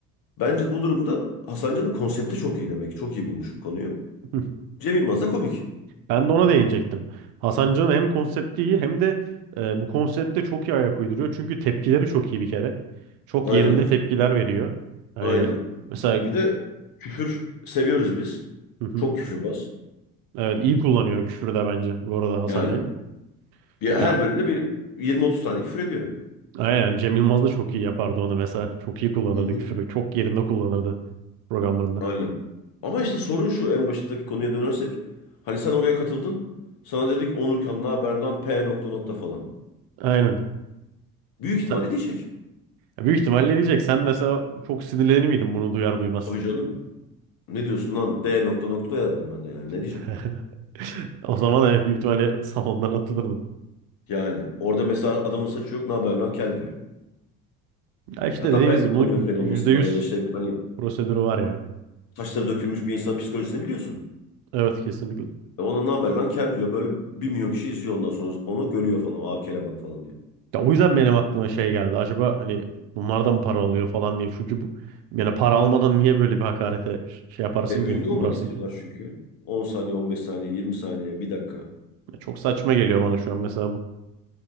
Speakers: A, on the left; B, on the right.
A: Bence bu durumda Hasancan'ın konsepti çok iyi demek. ki. Çok iyi bulmuş bu konuyu.
B: <laughs>
A: Cem Yılmaz da komik.
B: ben de ona değinecektim. Hasan Can'ın hem konsepti iyi hem de e, bu konsepte çok iyi ayak uyduruyor. Çünkü tepkileri çok iyi bir kere. Çok
A: Aynen.
B: yerinde tepkiler veriyor. Hani
A: Aynen.
B: mesela
A: Bir de küfür seviyoruz biz.
B: <laughs>
A: Çok küfürbaz.
B: evet iyi kullanıyor küfürü de bence bu arada Hasan
A: Yani
B: Can.
A: bir,
B: Yani
A: her bölümde bir 20-30 tane küfür ediyor.
B: Aynen yani Cem Yılmaz da çok iyi yapardı onu mesela. Çok iyi kullanırdı
A: Hı hı.
B: küfürü. Çok yerinde kullanırdı programlarında.
A: Aynen. Ama işte sorun şu en baştaki konuya dönersek. Hani sen oraya katıldın. Sana dedik Onurkan ne haber lan P nokta nokta falan.
B: Aynen.
A: Büyük ihtimalle
B: Sen,
A: diyecek.
B: ya büyük ihtimalle diyecek. Sen mesela çok sinirlenir miydin bunu duyar duymaz?
A: Tabii canım. Ne diyorsun lan D nokta nokta derdim ben de yani ne diyeceğim.
B: <laughs> O zaman evet büyük ihtimalle salondan atılırdın.
A: Yani orada mesela adamın saçı yok ne haber lan kel diyor.
B: Ya işte
A: Adam
B: dediğimiz
A: belki
B: gibi
A: utanıyor
B: bunun
A: kel olmasından
B: yüzde yüz
A: ya da işte hani
B: prosedürü var ya.
A: saçları dökülmüş bir insanın psikolojisini biliyorsun.
B: Evet kesinlikle.
A: E ona ne haber lan kel diyor böyle bir milyon kişi izliyor ondan sonra onu görüyor falan aa kele bak falan diye.
B: Ya o yüzden benim aklıma şey geldi. Acaba hani bunlardan mı para alıyor falan diye. Çünkü bu, yani para almadan niye böyle bir hakarete ş- şey yaparsın
A: E, ünlü
B: ki,
A: olmak
B: uğrarsın
A: istiyorlar
B: ki?
A: çünkü. 10 saniye, 15 saniye, 20 saniye, bir dakika.
B: Ya çok saçma geliyor bana şu an mesela